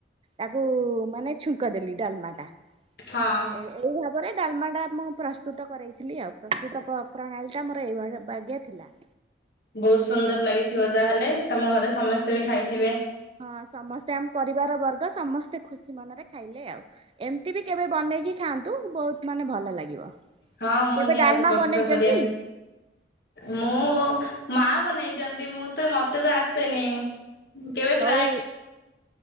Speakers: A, on the right (about 30°); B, on the left (about 60°).
A: ତାକୁ ମାନେ ଛୁଙ୍କ ଦେଲି ଡାଲମା ଟା
B: ହଁ
A: ଏ ଏଇ ଭାବରେ ଡାଲମା ଟା ମୁଁ ପ୍ରସ୍ତୁତ କରେଇଥିଲି ଆଉ ପ୍ରସ୍ତୁତ ପ୍ରଣାଳୀ ଟା ମୋର ଏଇଭଳି ବାଗ୍ୟ ଥିଲା।
B: ବହୁତ ସୁନ୍ଦର ଲାଗିଥିବ ତାହେଲେ ତମ ଘରେ ସମସ୍ତେ ବି ଖାଇଥିବେ।
A: ହଁ ସମସ୍ତେ ଆମ ପରିବାର ବର୍ଗ ସମସ୍ତେ ଖୁସି ମନରେ ଖାଇଲେ ଆଉ ଏମିତି ବି କେବେ ବନେଇକି ଖାଆନ୍ତୁ ବହୁତ ମାନେ ଭଲ ଲାଗିବ
B: ହଁ ମୁଁ
A: କେବେ
B: ନିହାତି
A: ଡାଲମା
B: ପ୍ରସ୍ତୁତ
A: ବନେଇଛନ୍ତି?
B: କରିବା ମୁଁ ମା ବନେଇଛନ୍ତି ମୁଁ ତ ମତେ ତ ଆସେନି। କେବେ
A: ହଉ
B: ଟ୍ରାଏ